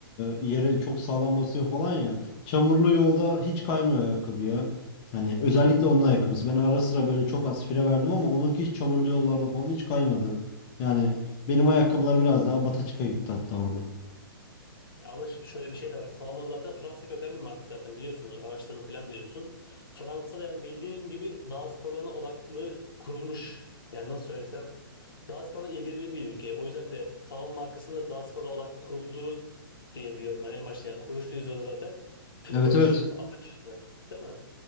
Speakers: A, on the left (about 25°); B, on the left (about 70°).
A: yere çok sağlam basıyor falan ya. Çamurlu yolda hiç kaymıyor ayakkabı ya. Hani özellikle onun ayakkabısı. Ben ara sıra böyle çok az fire verdim ama onunki hiç çamurlu yollarda falan hiç kaymadı. Yani benim ayakkabılar biraz daha bataçıka gitti hatta orada.
B: Ya ama şimdi şöyle bir şey de var. Salomon zaten Fransa kökenli bir marka zaten biliyorsun. Araçların falan diyorsun. Fransa'da yani bildiğin gibi dağ sporlarına odaklı kurulmuş. Yani nasıl söylesem dağ sporuna ilgili bir ülke. O yüzden de Salomon markası da dağ sporuna odaklı kuruldu diye biliyorum ben en başta. Yani kuruluş vizyonu zaten tırmanış
A: Evet evet.
B: amaçlı. Değil mi?